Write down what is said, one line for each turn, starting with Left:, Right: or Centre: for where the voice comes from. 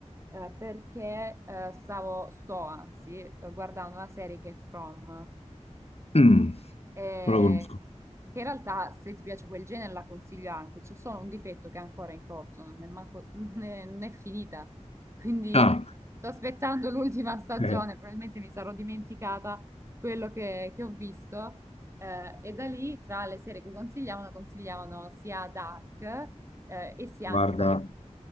Right: eh, perché eh, stavo, sto anzi, eh, guardando una serie che è From
Left: <laughs> non
Right: eh,
Left: lo conosco.
Right: che in realtà se ti piace quel genere la consiglio anche, c'è solo un difetto che è ancora in corso, non è, manco- <laughs> non è- non è finita, quindi
Left: Ah,
Right: sto aspettando l'ultima stagione,
Left: Eh,
Right: probabilmente mi sarò dimenticata quello che, che ho visto. eh, e da lì, tra le serie che consigliavano, consigliavano sia Dark, eh, e sia
Left: guarda,
Right: anche Lost.